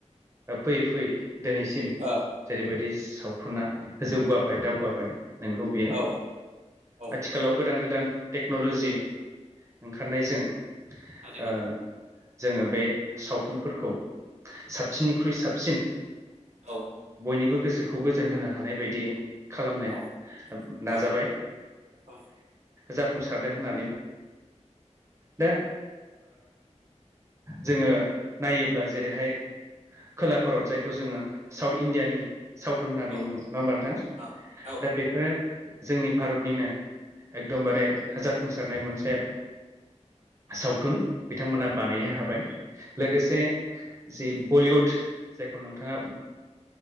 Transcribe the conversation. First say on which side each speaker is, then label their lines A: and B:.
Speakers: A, on the right; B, on the right.
A: फैयै फैयै दिनैसिम
B: अ
A: जेरैबायदि सावथुना जौगाबाय दावगाबाय नोंगौ बियो
B: औ औ
A: आथिखालाव गोदान गोदान टेक्न'ल'जि ओंखारनायजों
B: थारैनो
A: ओ जोंङो बे सावथुनफोरखौ साबसिननिख्रुइ साबसिन
B: औ
A: बयनिबो गोसो खौ गोजोन होनो हानाय बायदि खालामनो
B: औ औ
A: नाजाबाय।
B: औ
A: जाफुंसारदों। दा जोङो नायोब्ला जेरैहाय खोला भारत जायखौ जोङो साउथ इण्डियानि सावथुन होननानै
B: औ
A: बुङो। नङा होमबा नोंथां
B: औ औ औ
A: दा बेफोरो जोंनि भारतनिनो। एकदमबारे जाफुंसारनाय मोनसे सावथुन बिथांमोना बानायनो हाबाय लोगोसे जि बलिउड जायखौ नोंथां